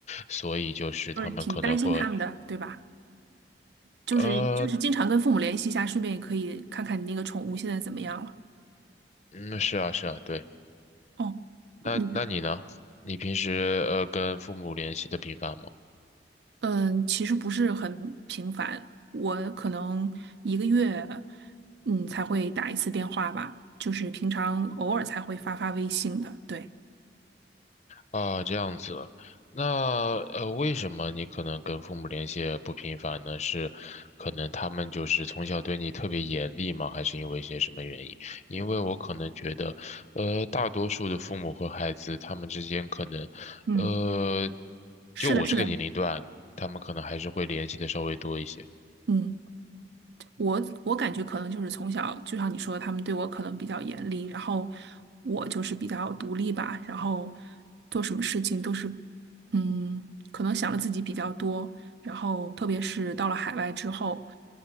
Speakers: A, on the left; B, on the right.
A: 所以就是他们可能会
B: 挺担心他们的，对吧？就是就是经常跟父母联系一下，
A: 呃。
B: 顺便也可以看看你那个宠物现在怎么样了。
A: 嗯，是啊，是啊，对。
B: 哦，
A: 那那你呢？
B: 那个，
A: 你平时呃跟父母联系的频繁吗？
B: 嗯，其实不是很频繁，我可能一个月嗯才会打一次电话吧，就是平常偶尔才会发发微信的。对，
A: 啊，这样子，那呃，为什么你可能跟父母联系不频繁呢？是可能他们就是从小对你特别严厉吗？还是因为一些什么原因？因为我可能觉得，呃，大多数的父母和孩子他们之间可能，
B: 嗯，
A: 呃，
B: 是的，
A: 就我这个年龄段，
B: 是的，
A: 他们可能还是会联系的稍微多一些。
B: 嗯。我我感觉可能就是从小，就像你说的，他们对我可能比较严厉，然后我就是比较独立吧，然后做什么事情都是，嗯，可能想的自己比较多，然后特别是到了海外之后，